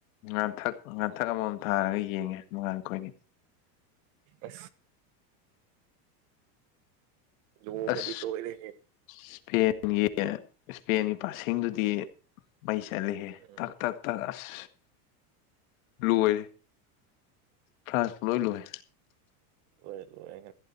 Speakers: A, on the left; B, on the right.
A: ꯉꯟꯊꯛ ꯉꯟꯊꯛ ꯑꯃꯃꯝ ꯊꯥꯔꯒ ꯌꯦꯡꯉꯦ ꯃꯉꯥꯟ ꯑꯩꯈꯣꯏꯗꯤ
B: ꯑ ꯂ
A: ꯑꯁ
B: ꯀꯗꯤ ꯊꯣꯏꯦ
A: ꯏꯁꯄꯦꯟꯒꯤ ꯏꯁꯄꯦꯟꯒꯤ ꯄꯁꯤꯡꯦꯡꯗꯨꯗꯤ ꯃꯩ ꯆꯠꯂꯤꯍꯦ
B: ꯎꯝ
A: ꯇꯛ ꯇꯛꯑꯁ ꯂꯣꯏ ꯐ꯭ꯔꯥꯟꯁ ꯄꯨ ꯂꯣꯏ ꯂꯣꯏ
B: ꯑꯣꯏꯔꯣꯦꯥꯡ